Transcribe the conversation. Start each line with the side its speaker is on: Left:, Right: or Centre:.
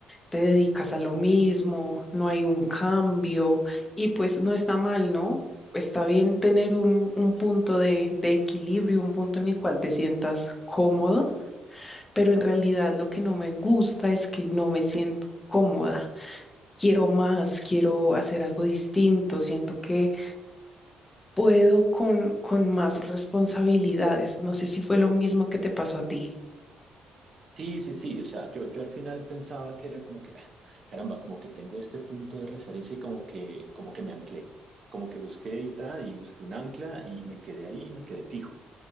Left: te dedicas a lo mismo, no hay un cambio y pues no está mal, ¿no? Está bien tener un, un punto de, de equilibrio, un punto en el cual te sientas cómodo, pero en realidad lo que no me gusta es que no me siento cómoda quiero más, quiero hacer algo distinto, siento que puedo con, con más responsabilidades. No sé si fue lo mismo que te pasó a ti.
Right: Sí, sí, sí. O sea, yo, yo al final pensaba que era como que, ah, caramba, como que tengo este punto de referencia y como que, como que me anclé. Como que busqué y, ta, y busqué un ancla y me quedé ahí y me quedé fijo.